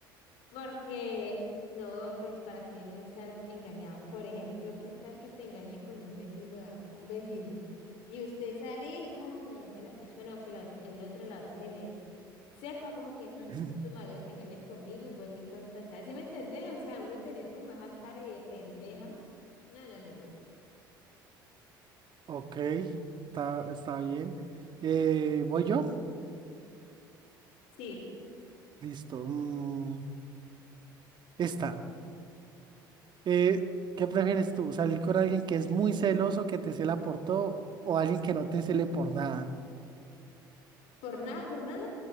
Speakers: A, on the left; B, on the right.
A: Porque, no, pues para qué uno estar engañado. Por ejemplo, ¿qué tal que te engañen con un vecino, a- un vecino? Y usted salir, ay, ahí va la cachona, o que la ot- el otro, la otra se le sepa como que, "Mm,
B: <clears throat>
A: tu marido
B: <laughs>
A: te engaña conmigo y vos ni cuenta te das". ¿Sí me entendés? O sea, uno tener como esa cara de pendeja. No, no, no, no.
B: Ok, está, está bien. Eh, ¿voy yo?
A: Sí,
B: Listo. mm, esta. Eh, ¿qué prefieres tú? ¿Salir con alguien que es muy celoso, que te cela por todo, o alguien que no te cele por nada?
A: por nada, por nada,